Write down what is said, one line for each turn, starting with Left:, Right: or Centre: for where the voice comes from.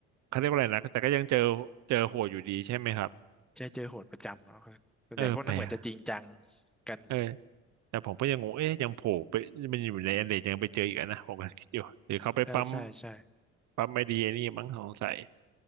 Right: เขาเรียกว่าอะไรนะแต่ก็ยังเจอเจอโหดอยู่ดีใช่ไหมครับ
Centre: เจอเจอโหดประจำเขาส่วนใหญ่พวกนั้นเหมือนจะจริงจัง
Right: เออแปลก
Centre: กัน
Right: เออแต่ผมก็ยังงงเอ๊ะยังโผล่ไปมันอยู่ในอันเลดยังไปเจออีกอะนะผมก็คิดอยู่หรือเขาไปปั๊ม
Centre: ใช่ใช่ใช่
Right: ปั๊มไม่ดีไอ้นี่มั้งสงสัย